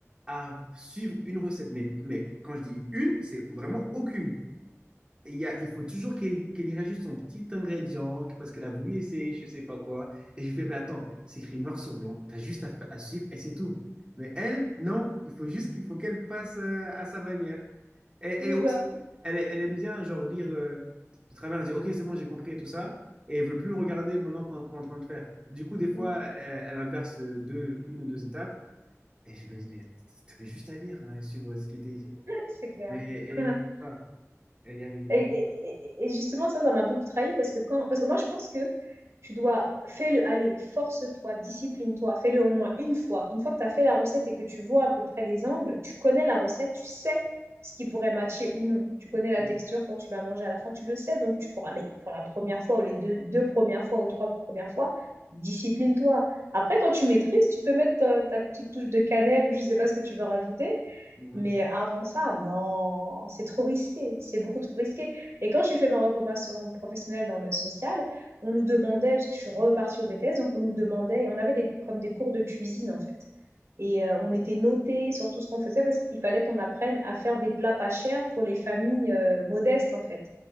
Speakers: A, on the right; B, on the right.
A: à suivre une recette. Mais, mais quand je dis une, c'est vraiment aucune il y a- il faut toujours qu'elle qu'elle y rajoute son petit ingrédient que- parce qu'elle a voulu essayer, je sais pas quoi. Et je fais, mais attends, c'est écrit noir sur blanc, t'as juste à, à suivre et c'est tout. Mais elle, non, il faut juste qu'il faut qu'elle fasse euh, à sa manière. Et,
B: c'est
A: et aussi,
B: ça.
A: elle, elle aime bien genre lire euh, de travers, dire, ok, c'est bon, j'ai compris et tout ça. Et elle veut plus regarder maintenant qu'on qu'on est en train de faire. Du coup, des fois,
B: <laughs>
A: elle, elle inverse deux, une ou deux étapes. Et je me dis, mais t'avais juste à lire hein, et suivre ce qui était écrit.
B: C'est clair.
A: Mais elle
B: <laughs>
A: y arrive pas. Elle y arrive vraiment.
B: Et, et- et- et justement, ça, ça m'a beaucoup trahi parce que quand, parce que moi, je pense que tu dois, fais-le, allez, force-toi, discipline-toi, fais-le au moins une fois. Une fois que tu as fait la recette et que tu vois à peu près les angles, tu connais la recette, tu sais ce qui pourrait matcher ou non. Tu connais la
A: pas.
B: texture quand tu vas manger à la fin, tu le sais, donc tu pourras, mais pour la première fois ou les deux, deux premières fois ou trois premières fois, discipline-toi. Après, quand tu maîtrises, tu peux mettre euh, ta, petite touche de cannelle ou je sais pas ce que tu veux rajouter.
A: Mhm.
B: Mais avant ça, non, c'est trop risqué, c'est beaucoup trop risqué. Et quand j'ai fait ma reconversion professionnelle dans le social, on nous demandait, parce que je suis repartie au BTS, donc on nous demandait, on avait des, comme des cours de cuisine en fait. Et euh, on était notés sur tout ce qu'on faisait parce qu'il fallait qu'on apprenne à faire des plats pas chers pour les familles euh, modestes en fait